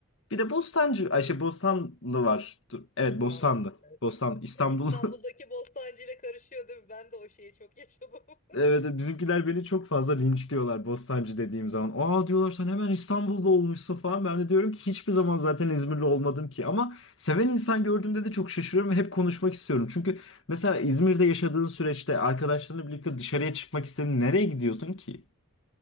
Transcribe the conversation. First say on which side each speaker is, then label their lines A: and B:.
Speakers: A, on the left; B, on the left.
A: Bir de Bostancı, Ayşe Bostanlı var. Dur, evet
B: Bostanlı.
A: Bostanlı. Bostan, İstanbul
B: Yani İstanbul'daki
A: <laughs>
B: Bostancı ile karışıyor değil mi? Ben de o şeyi çok yaşadım. <laughs>
A: Evet evet, bizimkiler beni çok fazla linçliyorlar Bostancı dediğim zaman. Aa diyorlar sen hemen İstanbul'da olmuşsun falan. Ben de diyorum ki hiçbir zaman zaten İzmirli olmadım ki. Ama seven insan gördüğümde de çok şaşırıyorum ve hep konuşmak istiyorum. Çünkü mesela İzmir'de yaşadığın süreçte arkadaşlarınla birlikte dışarıya çıkmak istediğin nereye gidiyorsun ki?